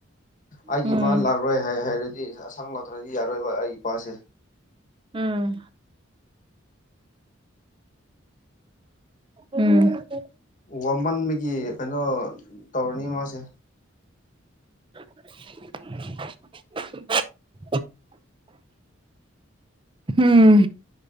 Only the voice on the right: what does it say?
ꯎꯝ
ꯎꯝ ꯎꯝ
<unintelligible> ꯎꯝ